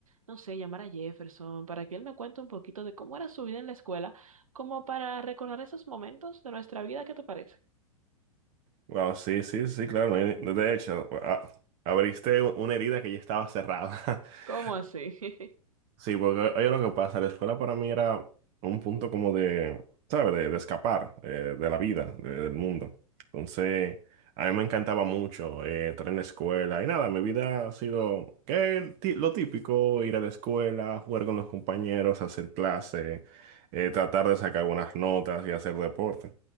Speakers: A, on the right (about 70°); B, on the right (about 35°).
A: no sé, llamar a Jefferson para que él me cuente un poquito de cómo era su vida en la escuela, como para recordar esos momentos de nuestra vida, ¿qué te parece?
B: Wow, sí, sí, sí, claro. me- De hecho, a- abriste u- una herida que ya estaba cerrada.
A: ¿Cómo
B: <laughs>
A: así? <laughs>
B: Sí, porque oye lo que pasa, la escuela para mí era un punto como de, ¿sabes? De, de escapar eh, de la vida, de- del mundo. Entonces, a mí me encantaba mucho eh, estar en la escuela y nada, mi vida ha sido que el ti- lo típico, ir a la escuela, jugar con los compañeros, hacer clase, eh, tratar de sacar buenas notas y hacer deporte.